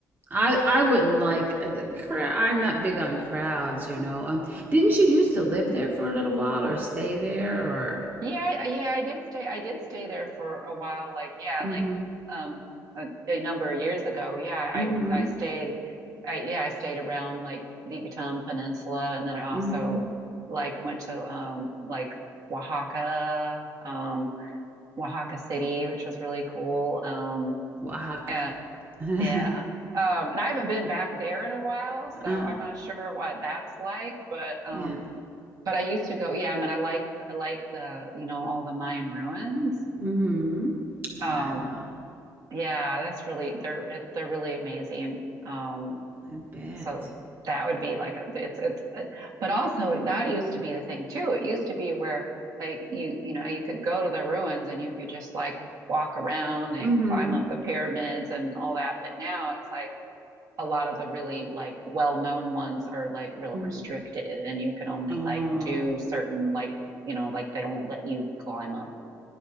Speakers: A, on the right; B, on the right.
A: I I wouldn't like uh, the crowd. I'm not big on crowds, you know. Um, didn't you used to live there for a little while or stay there or?
B: Yeah, I- yeah, I did stay. I did stay there for a while. Like, yeah,
A: Mm-hmm.
B: like um, a, a number of years ago. Yeah, I
A: Mm-hmm.
B: would. I stayed. I yeah, I stayed around like the Yucatan Peninsula, and then I
A: Mm-hmm.
B: also like went to um like Oaxaca, um Oaxaca City, which was really cool. Um,
A: Oaxaca.
B: and
A: <laughs>
B: yeah. Um, and I haven't been back there in a while, so
A: Uh,
B: I'm not sure what that's like, but um
A: yeah.
B: But I used to go, yeah, I mean, I like I like the, you know, all the Mayan ruins.
A: Mm-hmm. Wow.
B: Um, yeah, that's really they're it, they're really amazing. Um,
A: I bet.
B: so that would be like a, it's it's uh, but also that used to be the thing too. It used to be where like you you know, you could go to the ruins and you could just like walk around and
A: Mm-hmm.
B: climb up the pyramids and all that. But now it's like a lot of the really like well-known ones are like really
A: Mm-hmm.
B: restricted and you can only
A: Oh.
B: like do certain like you know like they don't let you climb up